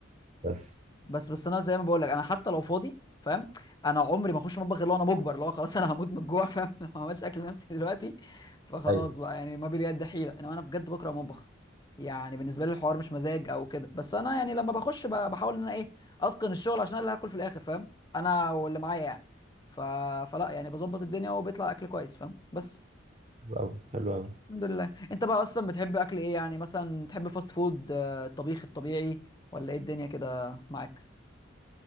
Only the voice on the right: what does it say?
بس
ايوه
حلو قوي حلو قوي